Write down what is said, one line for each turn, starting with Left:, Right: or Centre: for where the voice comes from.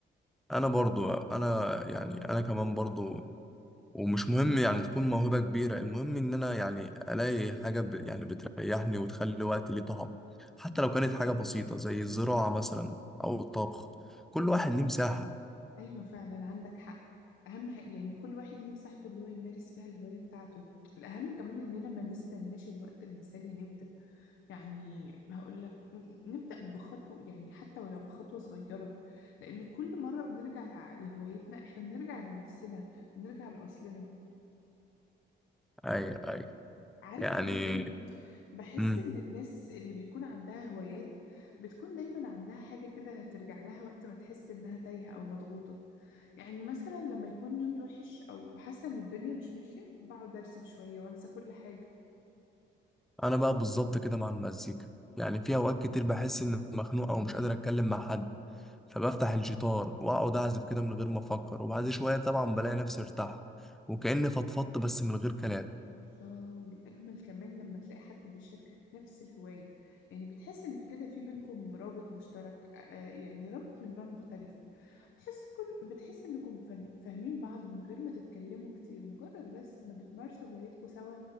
Centre: انا برضو انا يعني انا كمان برضو ومش مهم يعني تكون موهبة كبيرة المهم إن أنا يعني ألاقي حاجة ب... يعني بتريحني وتخلي وقتي ليه طعم حتى لو كانت حاجة بسيطة زي الزراعة مثلا أو الطبخ كل واحد ليه مساحة
Left: أيوة فعلا عندك حق أهم حاجة يعني كل واحد ليه مساحته اللي هو يمارس فيها الهواية بتاعته الأهم كمان إننا ما نستناش الوقت المثالي نبدأ يعني هقول لك نبدأ بخطوة يعني حتى ولو بخطوة صغيرة لأن كل مرة بنرجع لهوايتنا إحنا بنرجع لنفسنا بنرجع لأصلنا
Centre: أي أي
Left: عارف
Centre: يعني
Left: كمان ايه بحس
Centre: مم.
Left: ان الناس اللي بيكون عندها هوايات بتكون دايما عندها حاجة كده ترجع لها وقت ما تحس انها تايهة او مضغوطة يعني مثلا لما يكون يومي وحش او حاسة ان الدنيا مش ماشية بقعد ارسم شوية وانسى كل حاجة
Centre: أنا بقى بالظبط كده مع المزيكا يعني في أوقات كتير بحس إني مخنوق أو مش قادر أتكلم مع حد فبفتح الجيتار وأقعد أعزف كده من غير ما أفكر وبعد شوية طبعا بلاقي نفسي ارتحت وكأني فضفضت بس من غير كلام
Left: الله والأجمل كمان لما تلاقي حد بيشاركك نفس الهواية يعني بتحس إن في كده في بينكم رابط مشترك آه، يعني رابط من نوع مختلف بتحس كن بتحس إنكم فا- فاهمين بعض من غير ما تتكلموا كتير مجرد بس ما بتمارسوا هوايتكم سوا